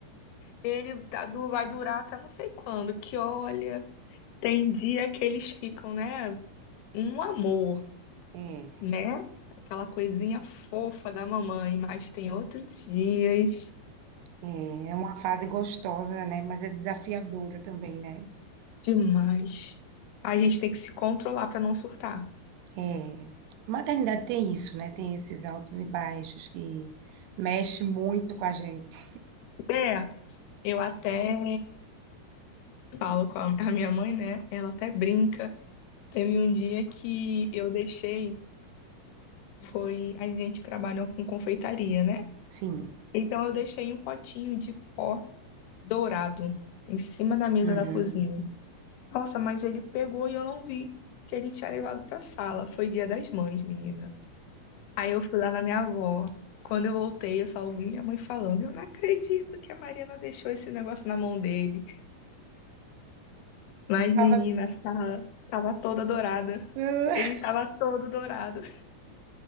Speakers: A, on the left; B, on the right.
A: Ele tá du- vai durar até não sei quando, que olha, tem dia que eles ficam, né? Um amor,
B: É,
A: né? Aquela coisinha fofa da mamãe, mas tem outros dias
B: é, é uma fase gostosa, né, mas é desafiadora também, né?
A: demais. A gente tem que se controlar pra não surtar.
B: É, maternidade tem isso, né, tem esses altos e baixos que mexe muito com a gente.
A: É, eu até falo com a, a minha mãe, né? Ela até brinca. Teve um dia que eu deixei, foi, a gente trabalhou com confeitaria, né?
B: Sim.
A: Então eu deixei um potinho de pó dourado em cima da mesa
B: Uhum.
A: da cozinha. Nossa, mas ele pegou e eu não vi que ele tinha levado pra sala. Foi dia das mães, menina. Aí eu fui lá na minha avó. Quando eu voltei, eu só ouvi minha mãe falando: Eu não acredito que a Mariana deixou esse negócio na mão dele. Mas,
B: Tava
A: menina, a sala tava toda dourada.
B: <laughs>
A: Ele tava todo dourado.